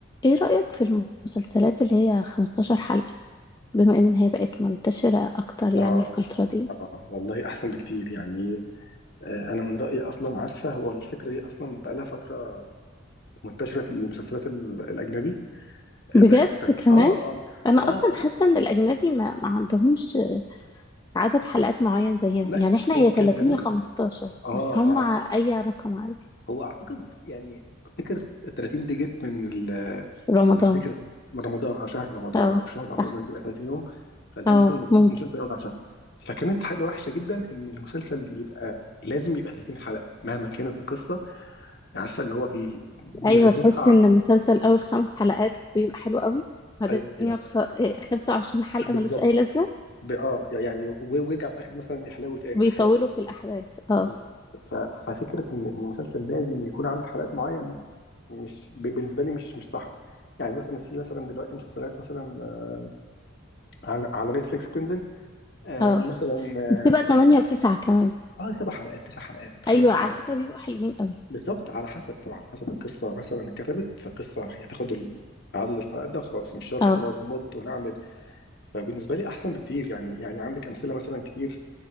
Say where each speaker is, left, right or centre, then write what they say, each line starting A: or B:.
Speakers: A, on the left; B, on the left.
A: ايه رأيك في المسلسلات اللي هي 15 حلقة بما ان هي بقت منتشرة اكتر يعني
B: اه
A: الفترة دي
B: اه والله احسن بكتير يعني آه انا من رايي اصلا عارفه هو الفكره دي اصلا بقى لها فتره منتشره في المسلسلات ال- الاجنبي
A: بجد
B: آه، بقت اه
A: كمان
B: اه
A: انا اصلا
B: اه خلاص
A: حاسة ان الاجنبي ما, ما عندهمش عدد حلقات معين زينا
B: لا
A: يعني احنا
B: كان
A: هي 30
B: كان زمان
A: يا 15
B: اه
A: بس هم
B: اه
A: ع- اي رقم عادي
B: هو اعتقد يعني فكره ال 30 دي جت من ال-
A: رمضان
B: من فكره من رمضان او شهر رمضان
A: اه
B: او الشهر عموما
A: صح
B: بيبقى 30 يوم فاللي
A: اه
B: هو مثلا
A: ممكن
B: المسلسل يقعد على شهر فكانت حاجه وحشه جدا ان المسلسل يبقى لازم يبقى 30 حلقه مهما كانت القصه عارفه اللي هو بي بيظبطها
A: ايوه تحس ان المسلسل اول خمس حلقات بيبقى حلو قوي بعدين
B: ايوه
A: يقعد خ- إيه، 25 حلقة
B: بالظبط
A: ملوش اي لازمة
B: ب- اه يعني و- ويرجع في الاخر مثلا يحلو تاني
A: بيطولوا
B: احيانا
A: في الاحداث اه
B: بالظبط ف- ففكره ان المسلسل لازم يكون عدد حلقات معين مش ب- بالنسبه لي مش مش صح يعني مثلا في مثلا دلوقتي مسلسلات مثلا آه، على على نتفليكس بتنزل آه،
A: اه
B: مثلا آه،
A: بتبقى
B: سبع
A: 8
B: حلقات
A: و9 كمان
B: اه سبع حلقات تسع حلقات خمس
A: ايوه
B: حلقات
A: على فكره بيبقوا حلوين قوي
B: بالظبط على حسب طبعا على حسب القصه مثلا اتكتبت فالقصه هتاخد ال- عدد الحلقات ده وخلاص مش شرط
A: اه
B: بنقعد نمط ونعمل فبالنسبة لي أحسن بكتير يعني يعني عندك أمثلة مثلا كتير